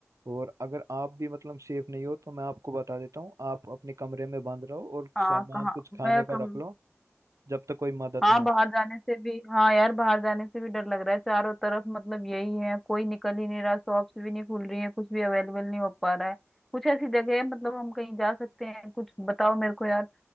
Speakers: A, on the right; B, in the centre.
A: और अगर आप भी मतलब सेफ नहीं हो तो मैं आपको बता देता हूँ आप अपने कमरे में बंद रहो और
B: हाँ
A: सामान
B: कहाँ
A: कुछ खाने
B: मैं
A: का
B: कम
A: रख लो जब तक कोई मदद
B: हाँ
A: ना
B: बाहर जाने से भी हाँ यार बाहर जाने से भी डर लग रहा है चारों तरफ मतलब यही है कोई निकल ही नहीं रहा शॉप्स भी नहीं खुल रही है कुछ भी अवेलेबल नहीं हो पा रहा है कुछ ऐसी जगह है मतलब हम कहीं जा सकते हैं कुछ बताओ मेरे को यार